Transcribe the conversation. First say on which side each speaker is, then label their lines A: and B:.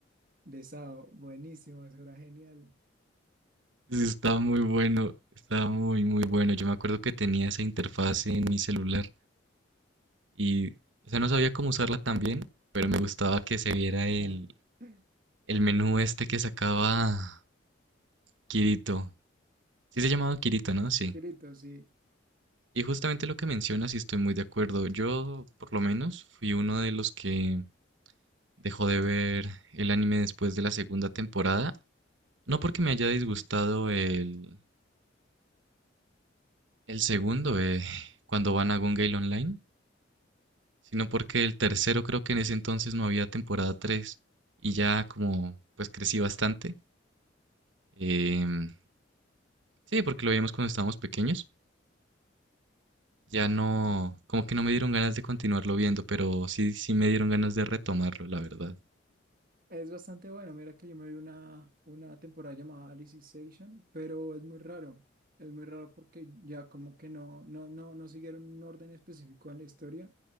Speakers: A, on the right; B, on the right.
A: de SAO. Buenísimo, eso era genial.
B: Sí, Está muy bueno, está muy, muy bueno. Yo me acuerdo que tenía esa interfaz en mi celular y, o sea, no sabía cómo usarla tan bien, pero me gustaba que se viera
A: <laughs>
B: el, el menú este que sacaba Kirito. Sí se llamaba Kirito, ¿no? Sí.
A: Grito, sí.
B: Y justamente lo que mencionas, y estoy muy de acuerdo. Yo, por lo menos, fui uno de los que dejó de ver el anime después de la segunda temporada. No porque me haya disgustado el, el segundo, eh, cuando van a Gun Gale Online, sino porque el tercero creo que en ese entonces no había temporada 3 y ya como pues crecí bastante. eh, sí, porque lo vimos cuando estábamos pequeños. Ya no, como que no me dieron ganas de continuarlo viendo, pero sí, sí me dieron ganas de retomarlo, la verdad.
A: Es bastante bueno. Mira que yo me vi una, una temporada llamada Alice in Station, pero es muy raro. Es muy raro porque ya como que no, no, no, no siguieron un orden específico en la historia